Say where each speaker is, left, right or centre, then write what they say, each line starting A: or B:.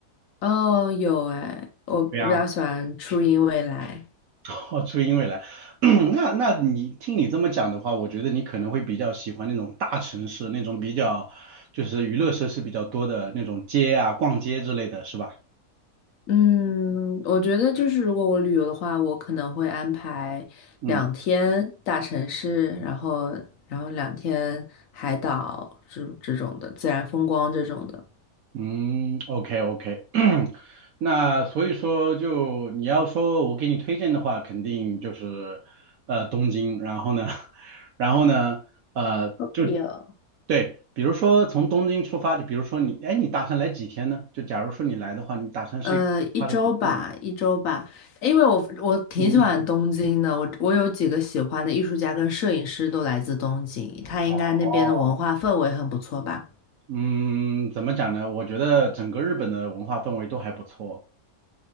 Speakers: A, on the left (about 60°); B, on the right (about 65°).
A: 哦，有哎，我我比较喜欢初音未来。
B: 对呀。<laughs> 哦，初音未来，<clears throat> 那那你听你这么讲的话，我觉得你可能会比较喜欢那种大城市，那种比较就是娱乐设施比较多的那种街啊、逛街之类的，是吧？
A: 嗯，我觉得就是如果我旅游的话，我可能会安排两天大城市，
B: 嗯。
A: 然后然后两天海岛这这种的自然风光这种的。
B: 嗯，OK OK，<clears throat> 那所以说就你要说我给你推荐的话，肯定就是呃东京，然后呢，<laughs> 然后呢，呃就
A: o k 哦，
B: 对，比如说从东京出发，就比如说你，哎，你打算来几天呢？就假如说你来的话，你打算是花个几天的旅游？
A: 呃，一周吧，一周吧，因为我我挺喜欢东京的，
B: 嗯嗯嗯。
A: 我我有几个喜欢的艺术家跟摄影师都来自东京，他应该那边的文化氛围很不错吧。
B: 哦，嗯，怎么讲呢？我觉得整个日本的文化氛围都还不错。